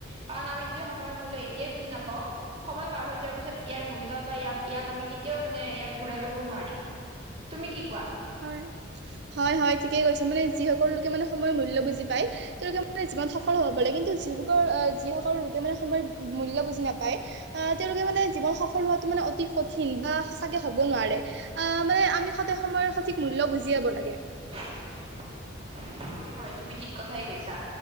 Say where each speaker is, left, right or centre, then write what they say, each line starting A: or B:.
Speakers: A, on the right; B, on the right.
A: কাৰণ আমি <unintelligible> যদি সময়ৰ এতিয়া বুজি নাপওঁ সময় পাৰ হৈ যোৱা পিছত ইয়াৰ মূল্য বা এয়াক আমি কেতিয়াও মানে ইয়াক ঘূৰাই পাবও নোৱাৰিম তুমি কি কোৱা
B: হয় হয় হয় ঠিকে কৈছা মানে যিসকলে লোকে মানে সময়ৰ মূল্য বুজি পায় তেওঁলোকে মানে যিমান সফল হ'ব পাৰে কিন্তু যি লোকৰ আহ যিসকলৰ লোকে মানে সময়ৰ মূল্যয় বুজি নাপায় আহ তেওঁলোকে মান নে জীৱন সফল হোৱাটো মানে অতি কঠিন বা চাগে হ'ব নোৱাৰে অ মানে আমি সদায় সময়ৰ সঠিক মূল বুজিয়াব লাগে
A: <inaudible> হয় হয় তুমি ঠিক কথাই কৈছা